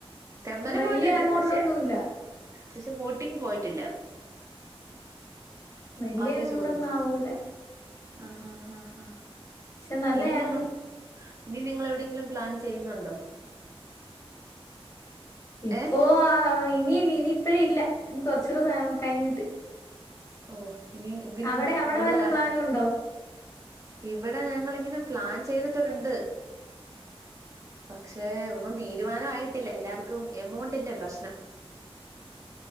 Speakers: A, on the right (about 30°); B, on the left (about 35°).
A: തെമ്മല
B: വലിയ
A: പോയിട്ടുണ്ട്
B: എമൗണ്ട്
A: പക്ഷെ
B: ഒന്നുമില്ല
A: പക്ഷെ ബോട്ടിങ് പോയിട്ടില്ല
B: വലിയ
A: അത
B: എമൗണ്ട്
A: ചോദിച്ച
B: ഒന്നും ആവൂല
A: ആഹ് ഹ ആാ ഹാ
B: പക്ഷെ നല്ലയായിരുന്നു
A: ഇനി നിങ്ങൾ ഇനി നിങ്ങൾ എവിടെയെങ്കിലും പ്ലാൻ ചെയ്യുന്നുണ്ടോ?
B: ഇപ്പൊ
A: ഏഹ്
B: ഇനിയില്ല ഇനി ഇപ്പഴ ഇല്ല ഇനി കൊറച്ചുകൂടെ സ കഴിഞ്ഞിട്ട്
A: ഓഹ് ഇനി ഇതിലും
B: അവിടെ അവിടെ
A: കൂടുതലാ
B: വല്ല പ്ലാനും ഉണ്ടോ
A: ഇവിടെ ഞങ്ങല്ൾ ഇങ്ങനെ പ്ലാൻ ചെയ്തിട്ടൊക്കെ ഇണ്ട് പക്ഷെ ഒന്നും തീരുമാനയിട്ടില്ല എല്ലാവർക്കും എമോണ്ടിന്റെ പ്രശ്നം